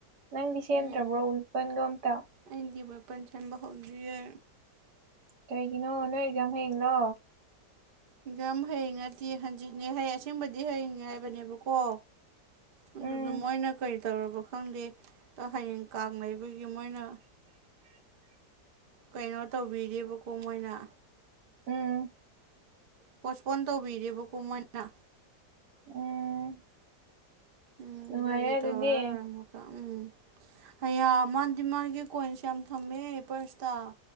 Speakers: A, on the right; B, on the right.
A: ꯅꯪꯗꯤ ꯁꯦꯝꯗ꯭ꯔꯕ꯭ꯔꯣ
B: ꯎꯝ
A: ꯋꯦꯄꯟꯒ ꯑꯃꯇ
B: ꯑꯩꯗꯤ ꯋꯦꯄꯟ ꯁꯦꯝꯕ ꯍꯧꯗ꯭ꯔꯤꯌꯦ
A: ꯀꯩꯒꯤꯅꯣ ꯅꯣꯏ ꯑꯦꯛꯖꯥꯝ ꯍꯌꯦꯡꯂꯣ
B: ꯑꯦꯛꯖꯥꯝ ꯍꯌꯦꯡ ꯅꯠꯇꯦ ꯍꯟꯖꯤꯠꯅꯦ ꯍꯩ ꯑꯁꯦꯡꯕꯗꯤ ꯍꯌꯦꯡꯅꯦ ꯍꯥꯏꯕꯅꯦꯕꯀꯣ ꯑꯗꯨꯗ
A: ꯎꯝ
B: ꯃꯣꯏꯅ ꯀꯩ ꯇꯧꯔꯕ ꯈꯪꯗꯦ ꯍꯌꯦꯡ ꯀꯥꯡ ꯂꯩꯕꯒꯤ ꯃꯣꯏꯅ
A: <inaudible>
B: ꯀꯩꯅꯣ ꯇꯧꯕꯤꯗꯦꯕꯀꯣ ꯃꯣꯏꯅ
A: ꯎꯝ
B: ꯄꯣꯁꯄꯣꯟ ꯇꯧꯕꯤꯔꯦꯕꯀꯣ ꯃꯣꯏꯅ
A: ꯎꯝ
B: ꯎꯝ
A: ꯅꯨꯡꯉꯥꯏꯔꯦ
B: ꯑꯗꯨꯒꯤ
A: ꯑꯗꯨꯗꯤ
B: ꯇꯧꯔꯔꯣꯏ ꯑꯃꯨꯛꯀ ꯎꯝ ꯑꯩꯌꯥ ꯃꯥꯗꯤ ꯃꯥꯒꯤ ꯀꯣꯏꯟꯁ ꯌꯥꯝ ꯊꯝꯃꯦ ꯄ꯭ꯔꯁꯇ